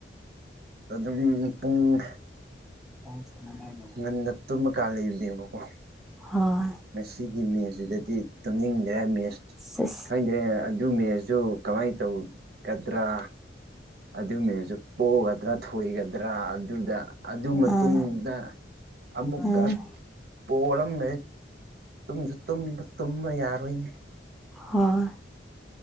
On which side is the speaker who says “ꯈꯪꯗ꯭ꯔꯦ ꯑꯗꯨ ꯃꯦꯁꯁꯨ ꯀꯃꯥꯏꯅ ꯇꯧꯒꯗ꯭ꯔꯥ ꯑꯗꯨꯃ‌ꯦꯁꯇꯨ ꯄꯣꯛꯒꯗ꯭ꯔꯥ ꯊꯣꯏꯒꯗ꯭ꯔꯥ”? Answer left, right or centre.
Right